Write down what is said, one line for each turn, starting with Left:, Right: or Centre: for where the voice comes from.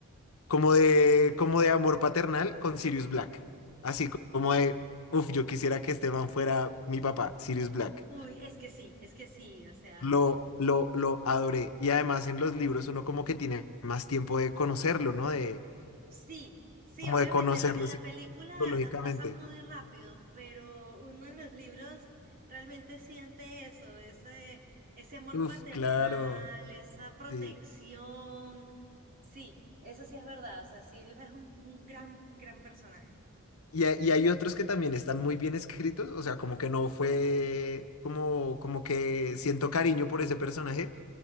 Left: como de, como de amor paternal con Sirius Black. Así co- como de, uf, yo quisiera que
Right: Es-
Left: Esteban fuera mi papá, Sirius Black.
Right: uy, es que sí, es que sí, o sea.
Left: Lo, lo, lo adoré. Y además en los libros uno como que tiene más tiempo de conocerlo, ¿no? De
Right: Sí, sí,
Left: como
Right: obviamente,
Left: de conocerlo
Right: en la, en la película
Left: psicológicamente.
Right: eh, pasa muy rápido, pero uno en los libros realmente siente eso, ese, ese amor
Left: Uf,
Right: paternal,
Left: claro,
Right: esa protección.
Left: sí.
Right: Sí, eso sí es verdad, o sea, Sirius es un, un gran, gran personaje.
Left: Y, hay- y hay otros que también están muy bien escritos, o sea, como que no fue, como, como que siento cariño por ese personaje,